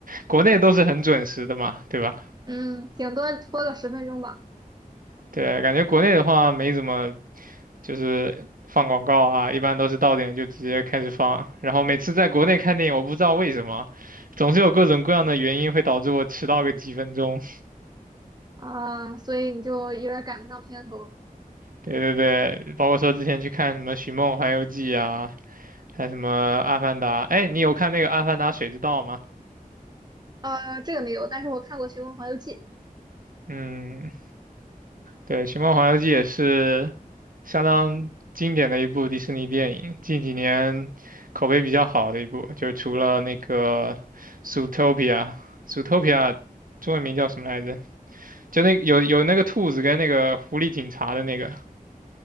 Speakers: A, on the right; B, on the right.
A: 国内都是很准时的嘛，对吧？
B: 嗯，顶多播个十分钟吧。
A: 对，感觉国内的话没怎么就是放广告啊，一般都是到点就直接开始放。然后每次在国内看电影，我不知道为什么，总是有各种各样的原因会导致我迟到个几分钟。
B: 啊，所以你就有点赶不上片头。
A: 对对对，包括说之前去看什么《寻梦环游记》啊，还有什么《阿凡达》。哎，你有看那个《阿凡达：水之道》吗？
B: 呃，这个没有，但是我看过《寻梦环游记》
A: 嗯，对，《寻梦环游记》也是相当经典的一部迪士尼电影，近几年口碑比较好的一部，就除了那个《Zootopia》，《Zootopia》中文名叫什么来着？就那有有那个兔子跟那个狐狸警察的那个